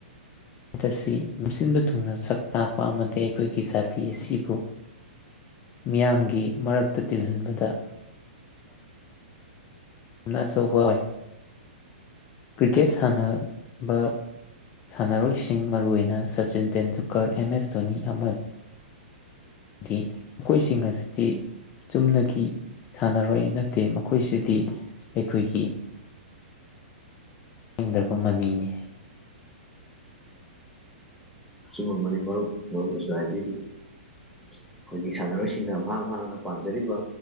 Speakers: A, on the left; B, in the centre.
A: <unintelligible> ꯑꯁꯤ ꯃꯁꯤꯟꯕ ꯊꯨꯡꯅ ꯁꯛ ꯇꯥꯛꯄ ꯑꯃꯗꯤ ꯑꯩꯈꯣꯏꯒꯤ ꯖꯥꯇꯤ ꯑꯁꯤꯕꯨ ꯃꯤꯌꯥꯝꯒꯤ ꯃꯔꯛꯇ ꯇꯤꯜꯍꯟꯕꯗ ꯌꯥꯝꯅ ꯑꯆꯧꯕ ꯑꯣꯏ ꯀ꯭ꯔꯤꯀꯦꯠ ꯁꯥꯟꯅꯕ ꯁꯥꯟꯅꯔꯣꯏꯁꯤꯡ ꯃꯔꯨ ꯑꯣꯏꯅ ꯁꯆꯤꯟ ꯇꯦꯟꯗꯨꯜꯀꯔ ꯑꯦꯝ ꯑꯦꯁ ꯙꯣꯅꯤ ꯑꯃ ꯍꯥꯏꯗꯤ ꯃꯈꯣꯏꯁꯤꯡ ꯑꯁꯤꯗꯤ ꯆꯨꯝꯅꯒꯤ ꯁꯥꯟꯅꯔꯣꯏ ꯅꯠꯇꯦ ꯃꯈꯣꯏꯁꯤꯗꯤ ꯑꯩꯈꯣꯏꯒꯤ ꯍꯤꯡꯗ꯭ꯔꯛꯄ ꯃꯅꯤꯅꯤ
B: ꯑꯆꯨꯝ ꯃꯕꯅꯤ ꯃꯔꯨꯞ ꯃꯔꯨꯝꯅꯁꯨ ꯍꯥꯏꯕꯤꯔꯤ ꯑꯩꯈꯣꯏꯒꯤ ꯁꯥꯟꯅꯔꯣꯏꯁꯤꯡꯅ ꯃꯍꯥꯛ ꯃꯍꯥꯛꯅ ꯄꯥꯝꯖꯔꯤꯕ